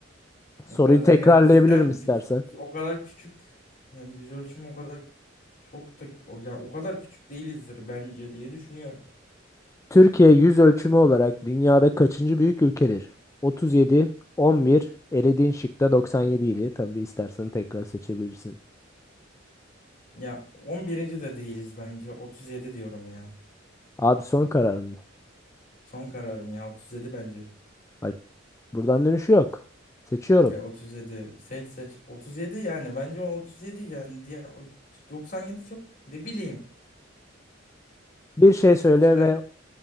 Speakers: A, on the left (about 15°); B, on the left (about 45°).
A: Soruyu
B: O kadar
A: tekrarlayabilirim
B: yani bizden
A: istersen.
B: biz biz o kadar küçük yani yüz ölçümü o kadar çok da o, yani o kadar küçük değilizdir bence diye düşünüyorum.
A: Türkiye yüz ölçümü olarak dünyada kaçıncı büyük ülkedir? 37, 11, elediğin şıkta 97 idi. Tabii istersen tekrar seçebilirsin.
B: Ya 11. de değiliz bence 37 diyorum ya.
A: Abi son karar mı?
B: Son kararım ya 37 bence.
A: Bak Buradan dönüşü yok. Seçiyorum.
B: Ya otuz yedi seç seç otuz yedi yani bence o 37 yani diye o 97 çok ne bileyim.
A: Bir şey
B: Of,
A: söyle
B: çıkar-
A: ve